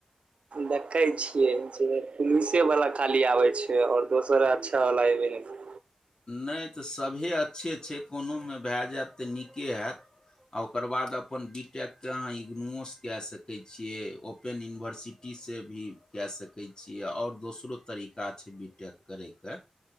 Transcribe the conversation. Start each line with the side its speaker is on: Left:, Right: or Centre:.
Right: देखै छियै, जे पुलिसेवला खाली आबै छै। ओर दोसर अच्छा वाला ऐबे ने करले।
Left: नहि तऽ सभेये अच्छे छै, कोनोमे भए जायत तऽ नीके हैत। ओकर बाद अपन बी टेकके अहाँ इग्नोओस कए सकै छियै, ओ ओपेन यूनिवर्सिटी से भी के सके छिये, और दोसरो तरीका छैय बी टैक, करैके।